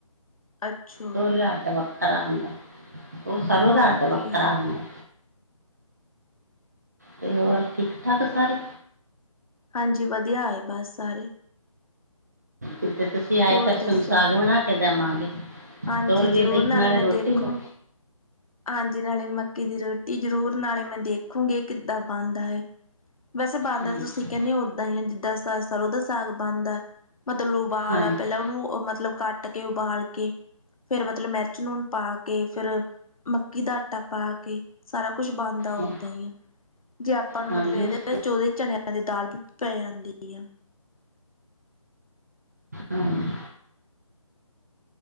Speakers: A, on the left; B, on the right.
A: ਅੱਛਾ
B: ਤੋਰੀਆ ਅੱਡ ਵੱਖਰਾ ਹੁੰਦਾ ਉਹ ਸਰ੍ਹੋਂ
A: ਓਕੇ
B: ਦਾ ਅੱਡ ਵੱਖਰਾ ਹੁੰਦਾ ਤੇ ਹੋਰ ਠੀਕ ਠਾਕ ਸਾਰੇ
A: ਹਾਂਜੀ ਵਧੀਆ ਹੈ ਬਸ ਸਾਰੇ
B: ਜਿੱਦੇ ਤੁਸੀਂ ਆਏ
A: ਹੋਰ
B: ਫਿਰ
A: ਦੱਸੋ
B: ਸੋਨੂੰ ਸਾਗ ਬਣਾ ਕੇ ਦੇਵਾਂਗੇ
A: ਹਾਂਜੀ
B: ਤੋਰਵੀਏ
A: ਜ਼ਰੂਰ
B: ਦਾ ਈ ਨਾਲੇ
A: ਮੈਂ
B: ਰੋਟੀਆਂ
A: ਦੇਖੂ ਹਾਂਜੀ ਨਾਲੇ ਮੱਕੀ ਦੀ ਰੋਟੀ ਜ਼ਰੂਰ ਨਾਲੇ ਮੈਂ ਦੇਖੂਗੀ ਕਿੱਦਾਂ ਬਣਦਾ ਐ ਵੈਸੇ ਬਣਦਾ
B: ਹਾਂਜੀ
A: ਤਾਂ ਤੁਸੀਂ ਕਹਿੰਣੇ ਹੋ ਓਦਾਂ ਹੀ ਹੈ ਜਿੱਦਾਂ ਸ ਸਰੋਂ ਦਾ ਸਾਗ ਬਣਦਾ ਮਤਲਬ ਉਬਾਲ
B: ਹਾਂਜੀ
A: ਪਹਿਲਾਂ ਉਹਨੂੰ ਉਹ ਉ ਮਤਲਬ ਕੱਟ ਕੇ ਉਬਾਲ ਕੇ ਫੇਰ ਮਤਲਬ ਮੇਰਚ ਨੂਨ ਪਾ ਕੇ ਫੇਰ ਮੱਕੀ ਦਾ ਆਟਾ ਪਾ ਕੇ ਸਾਰਾ ਕੁੱਛ ਬਣਦਾ ਓਦਾਂ
B: ਹਾਂ,
A: ਹੀ ਆ ਜੇ ਆ ਪਾਂ ਨੂੰ
B: ਹਾਂਜੀ
A: ਮਤਲਬ ਇਹਦੇ
B: ਉਸ
A: ਵਿੱਚ ਉਹਦੇ ਚਣਿਆਂ ਦੀ ਦਾਲ ਵੀ ਪੈ ਜਾਂਦੀ ਆ
B: ਹਾਂਜੀ